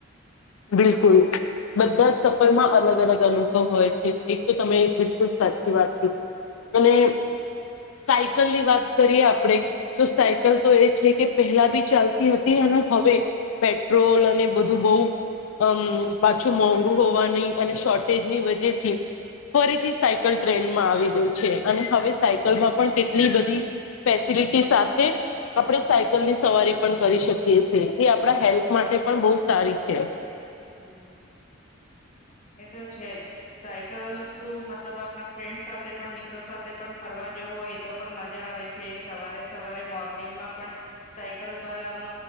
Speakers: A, on the left (about 80°); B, on the left (about 35°).
A: બિલકુલ બધા સફરમાં અલગ અલગ અનુભવ હોય છે, એક તો તમે બિલકુલ સાચી વાત કર અને સાયકલ ની વાત કરીએ આપણેે તો સાયકલ તો એ છે કે પહેલા ભી ચાલતી હતી. હવે પેટ્રોલ અને બધું બઉ અમ પાછું મોંઘુ હોવાની અને શોર્ટેજ ની વજેથી ફરીથી સાયકલ ટ્રેનમાં આવી ગઈ છે અને હવે સાયકલમાં પણ કેટલી બધી ફેસિલિટી સાથે આપણે સાયકલની સવારી પણ કરી શકીએ છીએ એ આપણા હેલ્થ માટે પણ બહુ સારી છે.
B: <unintelligible> એ તો છે જ સાયકલ શું મતલબ આપના ફ્રેન્ડ સાથે પણ મિત્રો સાથે પણ ફરવા વું હોય તો પણ મજા આવે છે સવારે સવારે મોર્નિંગમાં પણ સાયકલ પર આમ